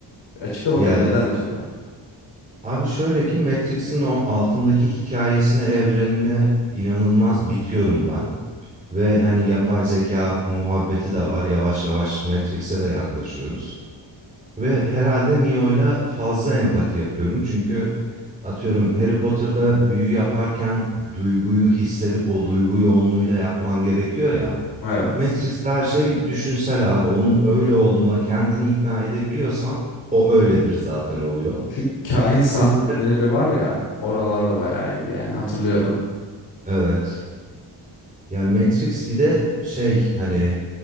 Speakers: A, on the left (about 75°); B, on the right (about 15°).
A: Açıkla bakalım
B: Ya
A: neden acaba?
B: abi şöyle ki Matrix'in o altındaki hikayesine, evrenine inanılmaz bitiyorum ben. Ve hani yapay zeka muhabbeti de var. Yavaş yavaş Matrix'e de yaklaşıyoruz. Ve herhalde Neo'yla fazla empati yapıyorum. Çünkü atıyorum Harry Potter'da büyü yaparken duyguyu hissedip o duygu yoğunluğuyla yapman gerekiyor ya.
A: Evet.
B: Matrix'te her şey düşünsel abi. Onun öyle olduğuna kendini ikna edebiliyorsan o öyledir zaten oluyor.
A: Şu kahin sahneleri
B: Ve-
A: var ya oralarda bayağı iyiydi yani hatırlıyorum.
B: Evet. Yani Matrix bir de şey hani